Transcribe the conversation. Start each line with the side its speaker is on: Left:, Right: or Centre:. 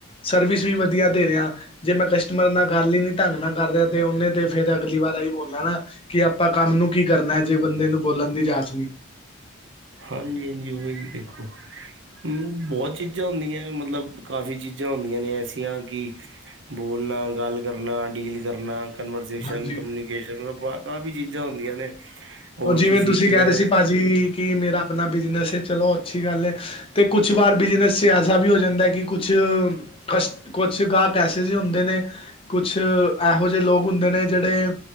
Left: ਸਰਵਿਸ ਵੀ ਵਧੀਆ ਦੇ ਰਿਹਾ। ਜੇ ਮੈਂ ਕਸਟਮਰ ਨਾਲ ਗੱਲ ਹੀ ਨੀ ਢੰਗ ਨਾਲ ਕਰ ਰਿਹਾ, ਤੇ ਉਹਨੇ ਤੇ ਫੇਰ ਅਗਲੀ ਵਾਰ ਇਹੀ ਬੋਲਿਆ ਨਾ। ਕਿ ਆਪਾਂ ਕੰਮ ਨੂੰ ਕੀ ਕਰਨਾ, ਜੇ ਬੰਦੇ ਨੂੰ ਬੋਲਣ ਦੀ ਜਾਂਚ ਨਹੀਂ।
Right: ਹਾਂਜੀ-ਹਾਂਜੀ, ਉਹੀ ਬਿਲਕੁਲ ਹੂੰ, ਬਹੁਤ ਚੀਜ਼ਾਂ ਹੁੰਦੀਆਂ, ਮਤਲਬ ਕਾਫ਼ੀ ਚੀਜ਼ਾਂ ਹੁੰਦੀਆਂ ਨੇ। ਕਿ ਬੋਲਣਾ ਗੱਲ ਕਰਨਾ, ਡੀਲ ਕਰਨਾ ਕਨਵਰੇਸ਼ਨ
Left: ਹਾਂਜੀ
Right: ਕਰਨੀ। ਮਤਲਬ, ਕਾਫੀ ਚੀਜ਼ਾਂ ਹੁੰਦੀਆਂ ਨੇ। ਹੋਰ
Left: ਜਿਵੇਂ ਤੁਸੀਂ
Right: ਕਿਵੇਂ
Left: ਕਹਿ ਰਹੇ ਸੀ, ਭਾਜੀ ਕਿ ਮੇਰਾ ਆਪਣਾ ਬਿਜਨਸ ਹੈ, ਚਲੋ ਅੱਛੀ ਗੱਲ ਹੈ। ਅਤੇ ਕੁਛ ਵਾਰ ਬਿਜਨਸ 'ਚ ਐਸਾ ਵੀ ਹੋ ਜਾਂਦਾ ਹੈ, ਕਿ ਕੁਛ ਕਸ਼ ਕੁਛ ਗਾਹਕ ਏਸੇ ਜੇ ਹੁੰਦੇ ਨੇ ਕੁਛ ਇਹੋ ਜਿਹੇ ਲੋਕ ਹੁੰਦੇ ਨੇ ਜਿਹੜੇ